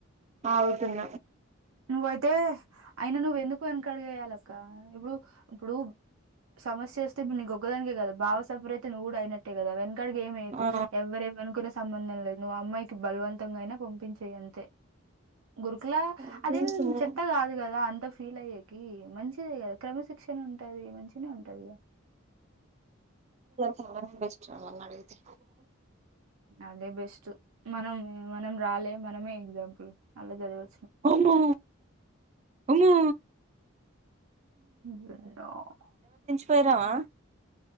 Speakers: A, on the right (about 30°); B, on the right (about 85°).
A: అవుతున్న
B: నువ్వైతే అయిన నువ్వెందుకు వెనకడిగేయాలక్క నువు ఇప్పుడు సమస్య వస్తేప్పు నీ గొక్కగాని కదా భావ సఫర్ అయితేనువు ఊ అయినట్టే కదా అవ క్కడికి ఏమి వేకు
A: ఆ
B: ఎవరేమ అనుకునే సంబంధం లేదువ్ అమ్మాయి బలవంతంగా అయినా పంపించే అంతే గురుకులా
A: అనిపిస్తుంది
B: అదేం చెత్త కాదు కదా గా అంత ఫీల్ అయ్యెకి మంచిది కదా క్రమశిక్షణ ఉంటది, మంచిగనే ఉంటదిగా.
A: చాలనే బెస్ట్ నన్నడిగితే.
B: అదే బెస్ట్ మనం మనం రాలే మనమే ఎగ్జాంపుల్ అల్లా చదివి
A: అమ్మో అమ్మా
B: <unintelligible>
A: పోయిరావా